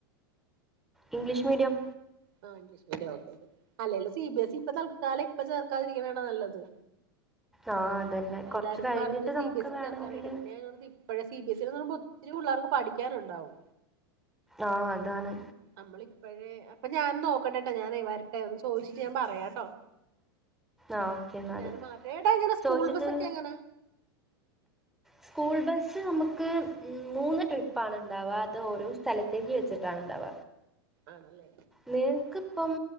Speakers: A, in the centre; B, on the right.
A: English medium.
B: ആ ഇഗ്ലീഷ് മേഡിയം ഓക്കെ അല്ലേലും സി ബി എസ് ഇ ഇപ്പ തൽക്കാലം ഇപ്പ ചേർക്കാതിരിക്ക്ണാ ട്ടൊ നല്ലത്
A: ആഹ് അതന്നെ കൊറച്ച്
B: എല്ലാരും
A: കഴിഞ്ഞിട്ട്
B: പറ്ഞ്ഞു. സി
A: നമുക്ക്
B: ബി എസ് ഇ
A: വേണെങ്കില്
B: ചേർക്കാനായിട്ട് പിന്നെ ഞ പഴേ സി ബി എസ് ഇ പറ് <unintelligible> പ ഒത്തിരി പുള്ളേർക്ക് പഠിക്കാന്ണ്ടാവും.
A: ആഹ് അതാണ്
B: അമ്മളിപ്പഴേ അപ്പൊ ഞാൻ നോക്കെട്ടൊട്ടോ ഞാനേ വരെട്ടെ ഒന്ന് ചോദിച്ചിട്ട് ഞാൻ പറയാട്ടോ.
A: ആഹ് ഓക്കെ എന്നാല്
B: ഞാൻ മാറ്റയുടെ എട എങ്ങന
A: ചോദിച്ചിട്ട്
B: സ്കൂൾ ബസ്സ് ഒക്കെ എങ്ങന.
A: സ്കൂൾ ബസ്സ് നമുക്ക് മൂന്ന് ട്രിപ്പ ആണ് ബണ്ടാവ. അത് ഓരോ സ്ഥലത്തേക്ക് വെച്ചിട്ടാണ് ഇണ്ടാവ
B: ആണെല്ലേ
A: നിനക്ക് ഇപ്പം